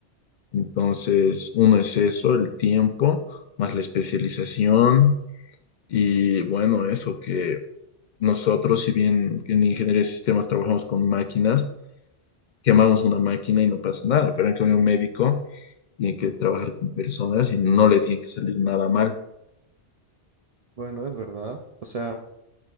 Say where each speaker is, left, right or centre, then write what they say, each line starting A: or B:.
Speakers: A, on the left (about 60°); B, on the right (about 60°).
A: entonces, uno es eso, el tiempo, más la especialización. Y bueno, eso que Nosotros, si bien en ingeniería de sistemas trabajamos con máquinas, quemamos una máquina y no pasa nada, pero en cambio un médico tiene que trabajar con personas y no le tiene que salir nada mal.
B: Bueno, es verdad. O sea,